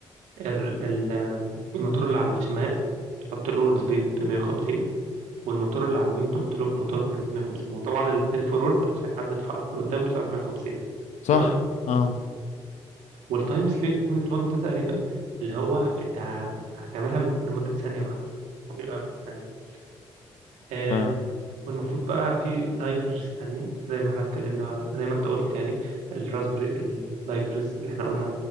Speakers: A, on the right; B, on the left.
A: ال- ال- آم، الموتور اللي على الشمال تحط له اورد سبيد ب 150 والموتور اللي على اليمين تحط له موتور بنسبة 150 وطبعا الاثنين فورورد عشان احنا بنتحرك لقدام بسرعة 150
B: صح
A: تمام
B: اه
A: والتايم سليب بوينت 1 ده تقريبا اللي هو انت هتعملها لمدة ثانية واحدة بيبقى بالثانية آه
B: ف...
A: والمفروض بقى في لايبرز تانية زي ما احنا اتكلمنا زي ما انت قلت يعني الراسبري اللايبرز اللي احنا قلنا